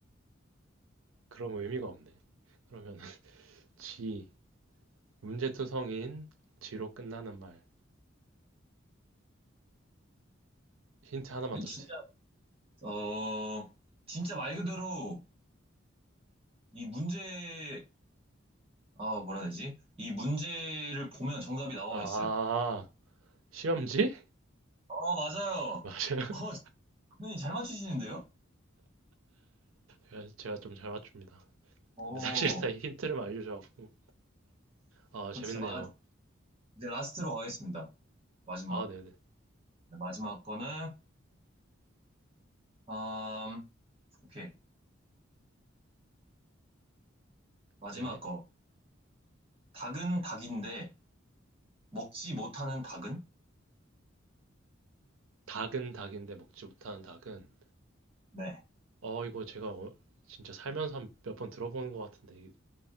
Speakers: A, on the right; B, on the right.
A: 그럼 의미가 없네. 그러면은, 지. 문제투성인, 지로 끝나는 말. 힌트 하나만 더
B: 진짜
A: 주세요.
B: 어, 진짜 말 그대로 이 문제, 아, 뭐라 해야 되지? 이 문제를 보면 정답이 나와
A: 아,
B: 있어요.
A: 시험지?
B: 어, 맞아요.
A: 맞아요. <laughs>
B: 어, 선생님 잘 맞추시는데요?
A: 제가, 제가 좀 잘 맞춥니다.
B: 오
A: 근데 사실상 이 힌트를 많이 주셔갖고, 아,
B: 그럼
A: 재밌네요.
B: 진짜 마, 이제 라스트로 가겠습니다. 마지막.
A: 아, 네네.
B: 네, 마지막 거는, 음, 오케이. 마지막
A: 네.
B: 거. 닭은 닭인데, 먹지 못하는 닭은?
A: 닭은 닭인데 먹지 못하는 닭은,
B: 네.
A: 어, 이거 제가 어- 진짜 살면서 몇 번 들어보는 것 같은데,